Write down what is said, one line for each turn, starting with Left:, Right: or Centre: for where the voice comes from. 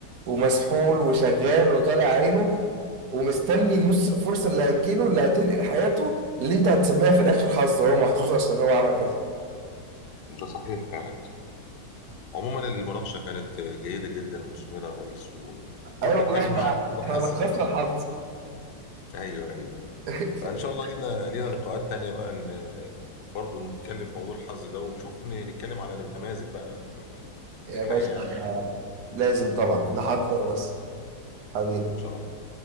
Right: ومسحول وشغال وطالع عينه ومستني نص الفرصه اللي هتجيله اللي هتنقل حياته اللي انت هتسميها في الاخر حظ هو محظوظ عشان هو عمل كذا
Left: ده صحيح فعلا عموما المناقشة كانت جيدة جدا ومثمرة يا ريس و- وقلت
Right: ايوه
Left: أتكلم
Right: والله احنا
Left: معاك في موضوع
Right: احنا
Left: الحظ
Right: لخصنا
Left: ده بصراحة
Right: الحظ
Left: أيوه أيوه
Right: <laughs>
Left: فإن شاء الله لينا لينا لقاءات تانية بقى إن برضه نتكلم في موضوع الحظ ده ونشوف ن- نتكلم على نماذج بقى في
Right: يا
Left: في الحياة
Right: باشا لازم طبعا نحضر بس حبيبي
Left: إن شاء الله